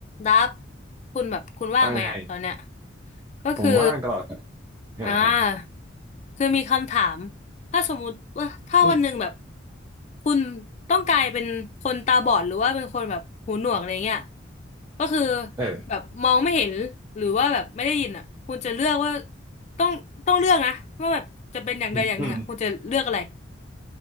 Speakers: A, on the left (about 35°); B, on the right (about 15°).
A: ดับคุณแบบคุณว่างไหมอะตอนเนี้ย
B: ว่าไง
A: ก็คือ
B: ผมว่างตลอดครับอ่าอ่า
A: อ่าคือมีคำถามถ้าสมมุติว่าถ้าวันหนึ่งแบบ
B: อืม
A: คุณต้องกลายเป็นคนตาบอดหรือว่าเป็นคนแบบหูหนวกอะไรเงี้ยก็คือ
B: เออ
A: แบบมองไม่เห็นหรือว่าแบบไม่ได้ยินอ่ะคุณจะเลือกว่าต้องต้องเลือกนะว่าแบบจะเป็นอย่างใดอย่างหนึ่งอ่ะคุณจะเลือกอะไร
B: อืมอืม